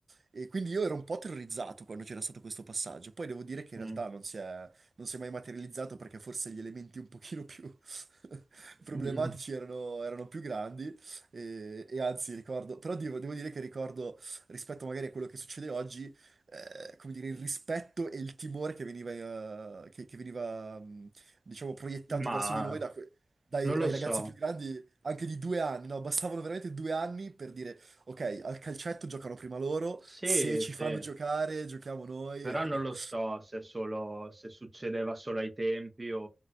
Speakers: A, on the right; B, on the right.
A: E quindi io ero un po' terrorizzato quando c'era stato questo passaggio. Poi devo dire che
B: Mm.
A: in realtà non si è, non si è mai materializzato perché forse gli elementi un pochino più <laughs>
B: <laughs>
A: problematici erano, erano più grandi. E, e anzi, ricordo, però devo, devo dire che ricordo rispetto magari a quello che succede oggi, eh, come dire, il rispetto e il timore che veniva, eh, che, che veniva, mh, diciamo, proiettato
B: Ma
A: verso di noi da que- dai,
B: non lo
A: dai
B: so.
A: ragazzi più grandi, anche di due anni, no? Bastavano veramente due anni per dire. Ok, al calcetto giocano prima loro,
B: Sì,
A: se ci
B: sì,
A: fanno giocare, giochiamo noi.
B: però non lo
A: <laughs>
B: so se, solo, se succedeva solo ai tempi o